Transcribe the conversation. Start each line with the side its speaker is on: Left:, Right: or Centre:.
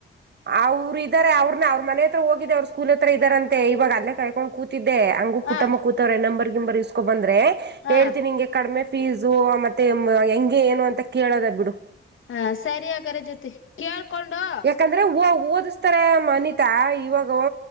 Right: ಅವ್ರ ಇದಾರೆ ಅವ್ರನ್ನ ಅವ್ರ ಮನೆ ಹತ್ರ ಹೋಗಿದ್ದ ಅವ್ರ ಸ್ಕೂಲ್ ಹತ್ರ ಇದ್ದಾರಂತೆ ಇವಾಗ ಅಲ್ಲೇ ಕಾರಕೊಂಡೊಗ್ ಕೂತಿ. <unintelligible> ದೆ ಹಂಗು
Left: ಹಾ
Right: ಪುಟ್ಟಮ್ಮ ಕೂತವ್ರೆ ನಂಬರ್ ಗಿಂಬರ್ ಇಸ್ಕೊ ಬಂದ್ರೆ
Left: ಹಾ
Right: ಹೇಳ್ತೀನಿ ನಿಂಗೆ ಕಡಿಮೆ. ಫೀಸು ಮತ್ತೆ ಹೆಂಗೆ ಏನು ಅಂತ ಕೇಳೋದ ಬಿಡು.
Left: ಹಾ ಸರಿ ಹಾಗರೆ ಜ್ಯೊತಿ ಕೇಳ್ಕೊಂಡು.
Right: ಯಾಕಂದ್ರೆ ಓ ಓದಿಸ್ತಾರೆ ಅನಿತಾ ಇವಾಗ ಓ